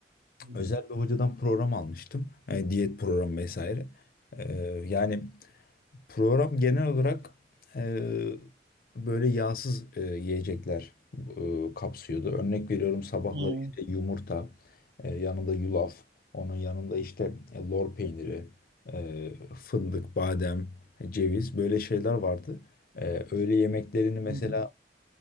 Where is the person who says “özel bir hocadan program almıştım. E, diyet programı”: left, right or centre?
Left